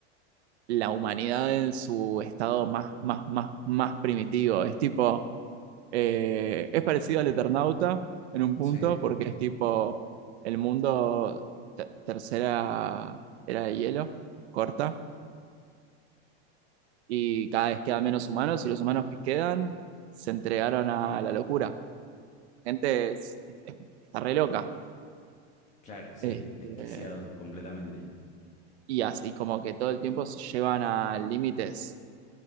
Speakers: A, on the right (about 70°); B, on the left (about 20°).
A: la humanidad en su estado más, más, más, más primitivo, es tipo Eh, es parecido al Eternauta en un punto,
B: Sí,
A: porque es tipo el mundo te- tercera era de hielo, corta, y cada vez quedan menos humanos, y los humanos que quedan se entregaron a la locura. Gente es- es- está re loca.
B: claro, sí,
A: Este,
B: desquiciados completamente.
A: y así como que todo el tiempo se llevan a límites,